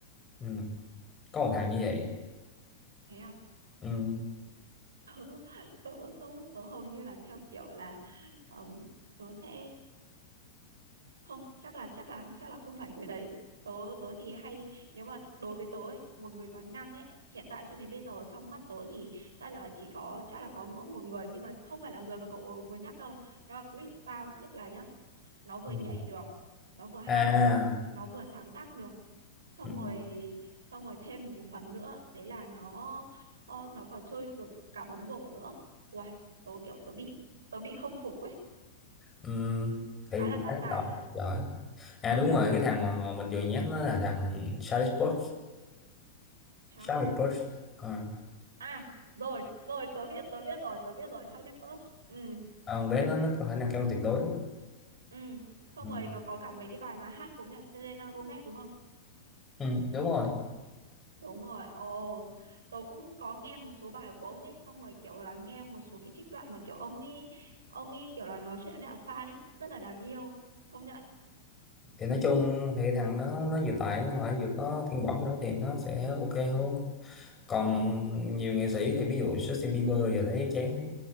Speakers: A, on the left; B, on the right.
A: Ừ. Có một thằng như vậy
B: Ừ, thế à?
A: ừ.
B: <laughs> Tớ tớ tớ tớ hầu như là theo kiểu là ừm, tớ sẽ không chắc là chắc là chắc là không phải người đấy tớ tớ thì hay nếu mà đối với tớ ấy một người toàn năng ấy hiện tại cho đến bây giờ trong mắt tớ thì chắc là chỉ có chắc là có ngỗ một người nhưng mà không phải là người mà cậu vừa nhắc đâu nó là Chris Brown tức là nhá nó vừa
A: ừ.
B: nhảy được nó vừa hát
A: à
B: được nó vừa sáng tác được xong
A: ừ.
B: rồi xong rồi thêm một một phần nữa đấy là nó ờ, nó còn chơi được cả bóng rổ nữa ui tớ kiểu tớ bị tớ bị không phục ấy
A: ừ. thì
B: khá
A: nó
B: là đa tài
A: giỏi giỏi à
B: ừ
A: đúng rồi cái thằng mà, mà mình vừa nhắc nó là thằng Charlie Potts
B: Charlie
A: Charlie
B: Cox
A: Potts à.
B: À, rồi, rồi, tớ biết, tớ biết rồi, tớ biết rồi, Charlie Puth. Ừ,
A: à, con bé nó nó có khả năng cao hơn tuyệt đối đấy.
B: ừ. Xong
A: ừ.
B: rồi nó có cả mấy cái bài mà hát cùng là Selena Gomez đúng không?
A: ừ. đúng rồi
B: Đúng rồi, ồ, tớ cũng có nghe một số bài của ông ấy, xong rồi kiểu là nghe một số cái trích đoạn mà kiểu ông ấy, ông ấy kiểu là nói chuyện với cả fan ấy, rất là đáng yêu, công nhận.
A: thì nói chung thì thằng đó nó vừa tài mà vừa có thiên bẩm nữa thì nó sẽ ok hơn
B: Ừ,
A: còn
B: ồ,
A: nhiều nghệ sĩ thì ví dụ Justin Bieber giờ thấy chán